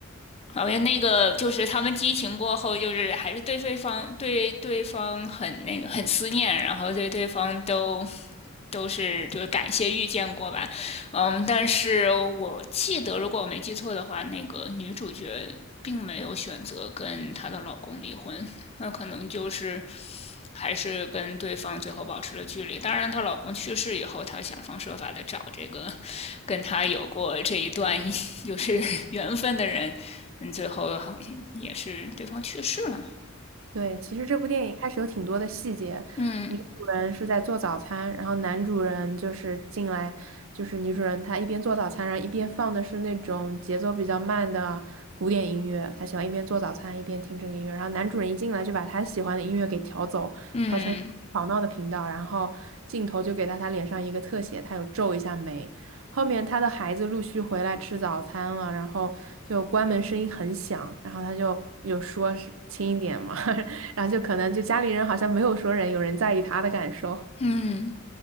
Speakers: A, on the left (about 30°); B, on the right (about 65°).
A: 好像那个就是他们激情过后，就是还是对对方对对方很那个很思念，然后对对方都都是就是感谢遇见过吧，嗯，但是我记得如果我没记错的话，那个女主角并没有选择跟她的老公离婚，那可能就是还是跟对方最后保持了距离。当然，她老公去世以后，她想方设法的找这个跟她有过这一段就 <laughs> 是缘分的人，嗯，最后好像也是对方去世了，
B: 对，其实这部电影开始有挺多的细节，
A: 嗯
B: 女主人是在做早餐，然后男主人就是进来，就是女主人她一边做早餐，然后一边放的是那种节奏比较慢的古典音乐，她喜欢一边做早餐一边听这个音乐，然后男主人一进来就把他喜欢的音乐给调走，
A: 嗯
B: 调成一个吵闹的频道，然后镜头就给到他脸上一个特写，他有皱一下眉。后面他的孩子陆续回来吃早餐了，然后就关门声音很响，然后他就有说是轻一点嘛，<laughs> 然后就可能就家里人好像没有说人有人在意他的感受。
A: 嗯。